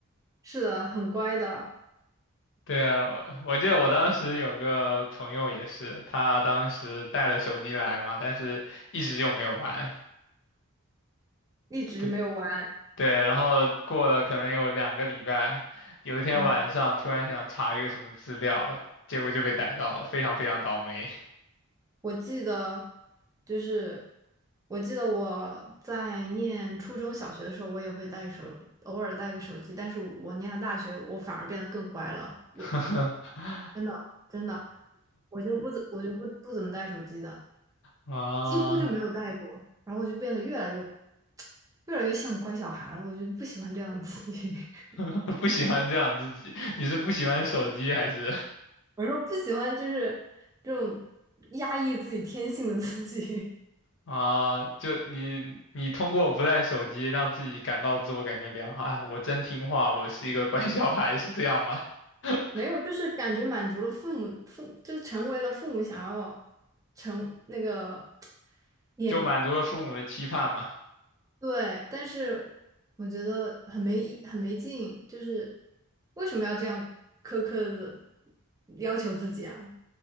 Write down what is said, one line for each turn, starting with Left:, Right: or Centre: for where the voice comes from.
Right: 是的，很乖的，
Left: 对啊，我我记得我当时有个朋友也是，他当时带了手机来嘛，但是一直就没有玩。
Right: 一直没有玩。
Left: 对对，然后过了可能有两个礼拜，有一天晚上突然想查一个什么资料，
Right: 嗯，
Left: 结果就被逮到了，非常非常倒霉。
Right: 我记得，就是我记得我在念初中小学的时候，我也会带手，偶尔带个手机。但是我念了大学，我反而变得更乖了。我
Left: <laughs>
Right: 真的真的，我就不怎我就不不怎么带手机的，
Left: 啊，
Right: 几乎就没有带过，然后我就变得越来越越来越像乖小孩了，我就不喜欢这样的自己，
Left: <laughs>
Right: <laughs>
Left: 不喜欢这样自己，你是不喜欢手机还是？
Right: 我说不喜欢就是这种压抑自己天性的自己，
Left: 啊，就你你通过不带手机让自己感到自我感觉良好，啊，我真听话，我是一个乖小孩，是这样吗？<laughs>
Right: <laughs> 没有，就是感觉满足了父母父就是成为了父母想要成那个眼
Left: 就满足了父母的期盼嘛。
Right: 对，但是我觉得很没意，很没劲，就是为什么要这样苛刻的要求自己啊？